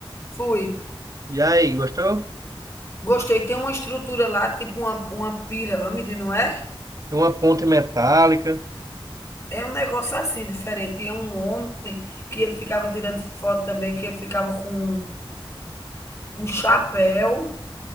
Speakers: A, on the left (about 30°); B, on the right (about 40°).
A: Fui.
B: E aí, gostou?
A: Gostei. Tem uma estrutura lá, tipo uma, uma pirâmide, não é?
B: Tem uma ponte metálica.
A: É um negócio assim, diferente. E é um homem que ele ficava tirando foto também, que ele ficava com um chapéu